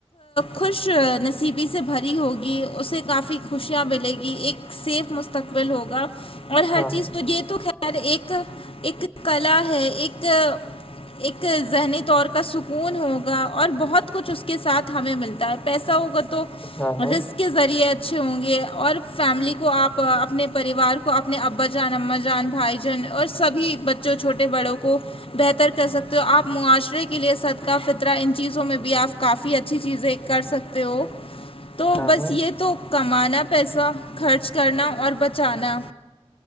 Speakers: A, on the left (about 60°); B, on the left (about 15°).
A: خوش نصیبی سے بھری ہوگی اسے کافی خوشیاں ملے گی ایک سیف مستقبل ہوگا اور ہر
B: ہاں ہاں
A: چیز تو یہ تو خیر ایک ایک کلا ہے ایک ایک ذہنی طور کا سکون ہوگا اور بہت کچھ اس کے ساتھ ہمیں ملتا ہے پیسہ ہوگا تو
B: ہاں ہاں
A: رسک کے ذریعے اچھے ہوں گے اور فیملی کو آپ اپنے پریوار کو اپنے اب ابا جان اما جان بھائی جان اور سبھی بچوں چھوٹے بڑوں کو بہتر کر سکتے ہو آپ معاشرے کے لیے صد کاہ فطرہ ان چیزوں میں بھی آپ کافی اچھی چیزیں کر سکتے ہو
B: ہاں <unintelligible>
A: تو بس
B: ہاں
A: یہ تو کمانا پیسہ خرچ کرنا اور بچانا